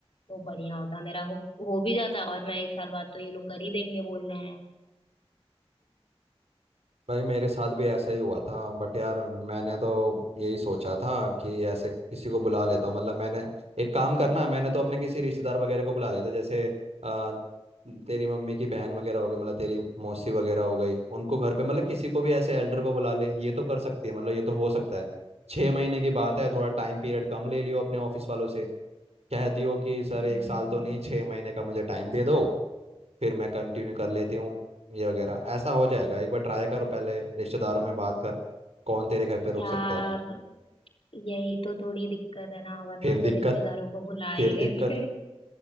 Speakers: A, on the left; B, on the right.
A: तो बढ़िया होता मेरा हो, हो भी जाता और मैं एक साल बाद तो ये लोग कर ही देंगे बोल रहे हैं
B: भाई मेरे साथ भी ऐसा ही हुआ था बट यार मैंने तो यही सोचा था कि ऐसे किसी को बुला लेता हूँ मतलब मैंने एक काम करना मैंने तो अपने किसी रिश्तेदार वगैरह को बुला लेता जैसे आ, तेरी मम्मी की बहन वगैरह हो गई मतलब तेरी मौसी वगैरह हो गई उनको घर पे मतलब किसी को भी ऐसे एल्डर को बुला ले ये तो कर सकती है मतलब ये तो हो सकता है छः महीने की बात है थोड़ा टाइम पीरियड कम ले लियो अपने ऑफिस वालों से कह दियो कि सर
A: हम्म
B: एक साल तो नहीं छः महीने का मुझे टाइम दे दो फिर मैं कंटिन्यू कर लेती हूँ ये वगैरह ऐसा हो जाएगा एक बार ट्राई करो पहले रिश्तेदारों में बात कर कौन तेरे घर पे रुक
A: यार
B: सकता है
A: यही तो थोड़ी दिक्कत है ना वरना
B: फिर दिक्कत
A: तो रिश्तेदारों को बुला ही
B: फिर
A: लेते
B: दिक्कत
A: <laughs>